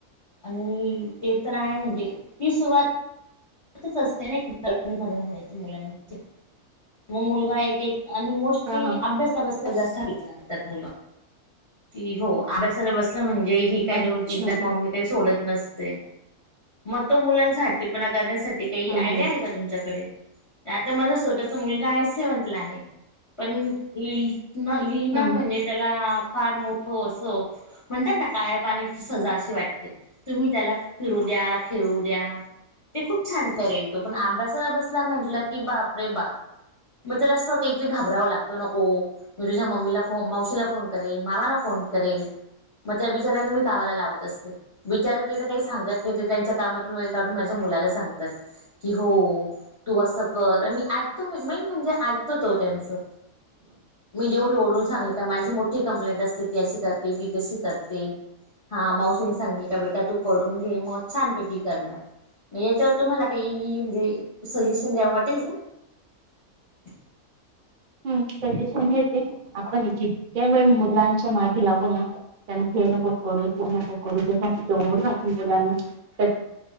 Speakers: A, on the left; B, on the right.
A: आणि ते तर आहे म्हणजे ती सुरवात <unintelligible> मुलांची म मुलगा एक एक आणि मोस्टली
B: हा हा
A: अभ्यासला बसल्या जास्त <unintelligible> मुलं की हो अभ्यासाला बसलं म्हणजे ही काय
B: अच्छा
A: दोन तीन तास मम्मी काय सोडत नसते, म तो मुलांचा हट्टीपणा काडण्यासाठी काही
B: हम्म
A: आयडिया
B: हम्म
A: आहे का तुमच्याकडे? आता माझा स्वतःचा मुलगा आहे असे म्हंटलं आहे, पण <unintelligible> न लिहिण म्हणजे
B: हम्म
A: त्याला फार मोठं असं म्हणतात ना, काळ्या पाण्याची सजा अशी वाटते. तुम्ही त्याला फिरू द्या खेळू द्या ते खूप छान करेल. तो पण अभ्यासाला बसला म्हंटलं की बाप रे बाप. मग त्याला असं काहीतरी घाबरावं लागतं, नको म तुझ्या मम्मीला फो मावशीला फोन करेल मामाला फोन करेल म त्या बिचाऱ्यांना मी कामाला लावत असते बिचारे ते तर काही सांगत नाही, ते त्यांच्या कामातून वेळ काढून माझ्यामु मुलाला सांगतात हो की तू असं कर आणि ऐकतो मेन म्हणजे ऐकतो तो त्यांचं. मी जेवढी ओढून सांग का माझी मोठी कंप्लेंट असते, ती अशी करते, ती तशी करते हा मावशीने सांगित का बेटा तू करून घे, मग छानपैकी करणार. म याच्यावर तुम्हाला काही म्हणजे, सजेशन द्यावं वाटेल का? <inaudible>
B: सजेशन हेच की, आपण जितक्या वेळ मुलांच्या मागे लागू ना की हे न करू तू नको करू <unintelligible> मुलांना